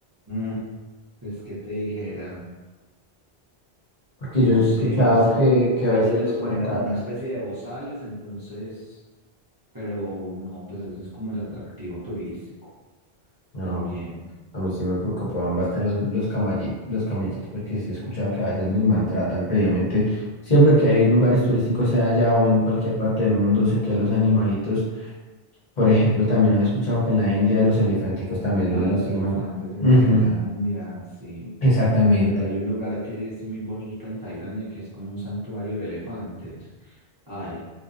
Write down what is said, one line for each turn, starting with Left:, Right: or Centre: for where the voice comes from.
Right: Mm, pues que te dijera.
Left: Porque
Right: no
Left: yo sí
Right: sé,
Left: he escuchado
Right: es-
Left: que, que
Right: a
Left: a veces
Right: ellos les
Left: los
Right: ponen
Left: maltratan.
Right: como una especie de bozales, entonces, pero no, pues eso es como el atractivo turístico
Left: No.
Right: también.
Left: A mí sí me preocupaban bastante los, los camalli- los camellitos, porque sí he escuchado que a veces los maltratan previamente. Siempre que hay lugares turísticos, sea allá o en cualquier parte del mundo, sé que a los animalitos, por ejemplo, también he escuchado que en la India los elefánticos también los
Right: Ah,
Left: lastiman.
Right: los elefantes en
Left: Ujú,
Right: Tailandia, sí,
Left: exactamente.
Right: pero hay un lugar que es muy bonito en Tailandia que es como un santuario de elefantes. Ay,